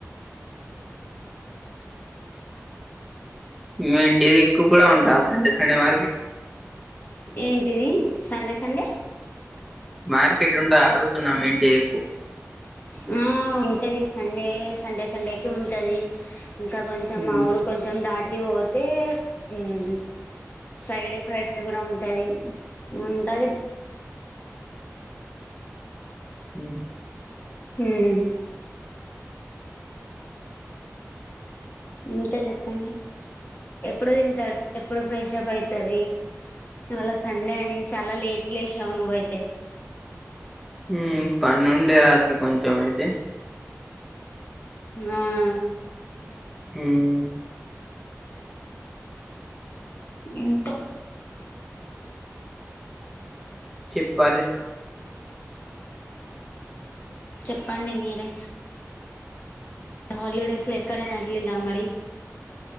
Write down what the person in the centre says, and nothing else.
మి ఇంటి దిక్కు కూడ ఉంటదా సండే సండే మార్కెట్
మార్కెట్ ఉంటదా అడుగుతున్న మీ ఇంటి దిక్కు
ఉమ్
ఉమ్
హ్మ్మ్ పనుండే రాత్రి కొంచం అయితె
హ్మ్మ్
చెప్పాలె